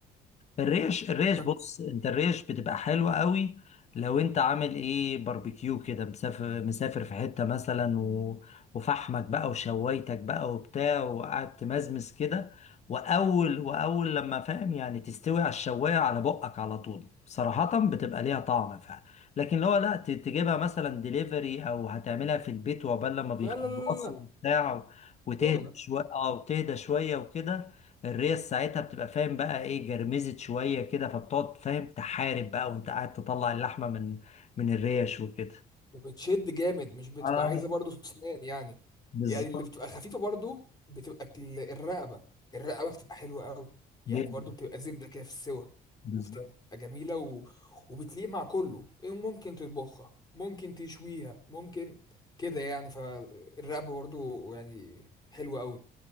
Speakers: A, on the left; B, on the left.
A: الريش الريش
B: طب
A: بص انت الريش بتبقى حلوة قوي لو انت عامل ايه باربيكيو كده مسافر مسافر في حتة مثلا و... وفحمك بقى وشوايتك بقى وبتاع وقعدت تمزمز كده واول واول لما فاهم يعني تستوي على الشواية على بقك على طول صراحة بتبقى ليها طعم فعلا لكن لو لا ت- تجيبها مثلا ديليفري او هتعملها في البيت وعقبال لما
B: لا
A: بيخلصوا
B: لا لا لا لا.
A: وبتاع وتهدى
B: شغل
A: شوية اه وتهدى شوية وكده الريس ساعتها بتبقى فاهم بقى ايه جرمزت شوية كده فبتقعد فاهم تحارب بقى وانت قاعد تطلع اللحمة من من الريش وكده
B: وبتشد جامد مش بتبقى
A: اه
B: عايزه برضو اسنان يعني
A: بالظبط
B: يعني اللي بتبقى خفيفه برضو بتبقى ال- الرقبه الرقبه بتبقى حلوه قوي يعني
A: جدا
B: برضو بتبقى زبده كده في السوا
A: بالظبط
B: وبتبقى جميله و... وبتليق مع كله إيه ممكن تطبخها ممكن تشويها ممكن كده يعني فالرقبه برضو يعني حلوه قوي